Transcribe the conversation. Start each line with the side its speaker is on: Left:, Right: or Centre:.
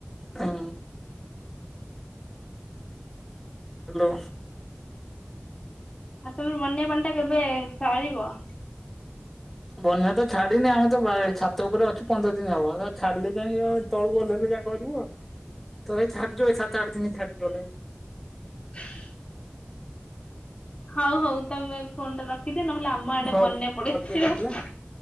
Centre: ଉଁ। ହ୍ୟାଲୋ।
Left: ଆଉ ତମ ବନ୍ୟା ପାଣିଟା କେବେ ସରିବ?
Centre: ବନ୍ୟା ତ ଛାଡିନି, ଆମେ ତ ଛାତ ଉପରେ ଅଛୁ ପନ୍ଦର ଦିନ ହବ। ଆଉ ଛାଡିଲେ ଯାଇ ତଳକୁ ଓହେଇଲେ ଯା କରିବୁ ଆଉ ତଥାପି ଛାଡିଯିବ ଏଇ ସାତ ଆଠ ଦିନ ଛାଡିଯିବ ଲା
Left: <inaudible> ହଉ ହଉ ତମେ ଫୋନ ଟା ରଖିଦିଅ, ନହେଲେ ଆମ ଆଡେ
Centre: ହଉ
Left: ବନ୍ୟା ପଳେଇଆସିବ।
Centre: କଲ୍ କିଏ କରିଥିଲା